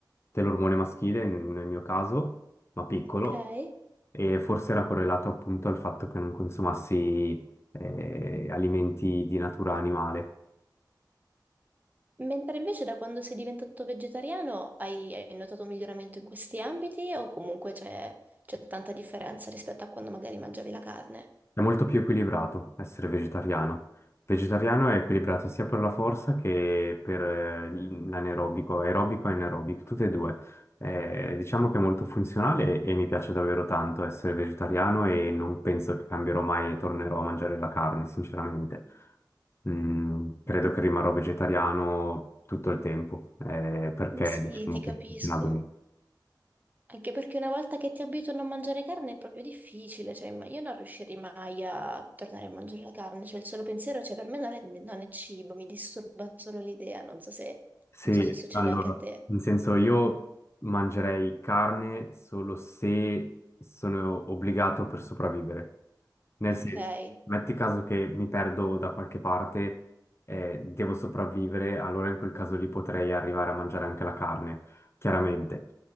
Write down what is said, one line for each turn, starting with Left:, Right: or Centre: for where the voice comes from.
Left: dell'ormone maschile, nel mio caso, ma piccolo
Right: Ok.
Left: e forse era correlato appunto al fatto che non consumassi eh, alimenti di natura animale.
Right: Mentre invece da quando sei diventato vegetariano hai, hai notato un miglioramento in questi ambiti o comunque c'è c'è tanta differenza rispetto a quando magari mangiavi la carne?
Left: È molto più equilibrato essere vegetariano. Vegetariano è equilibrato sia per la forza che per eh, l'anaerobico, aerobico e anaerobico, tutte e due. Eh, diciamo che è molto funzionale e mi piace davvero tanto essere vegetariano e non penso che cambierò mai e tornerò a mangiare la carne, sinceramente. Mm, credo che rimarrò vegetariano tutto il tempo, eh, perché
Right: Ma Sì,
Left: diciamo
Right: ti capisco.
Left: che funziona bene.
Right: Anche perché una volta che ti abituano a mangiare carne è proprio difficile, cioè ma io non riuscirei mai a tornare a mangiare la carne, cioè il solo pensiero, cioè per me non è, non è cibo, mi disturba solo l'idea, non so se,
Left: Sì,
Right: non so se succede
Left: allora,
Right: anche a te.
Left: in senso io mangerei carne solo se sono obbligato per sopravvivere. Nel
Right: Ok,
Left: senso,
Right: Dai,
Left: metti caso che mi perdo da qualche parte e devo sopravvivere, allora in quel caso lì potrei arrivare a mangiare anche la carne, chiaramente.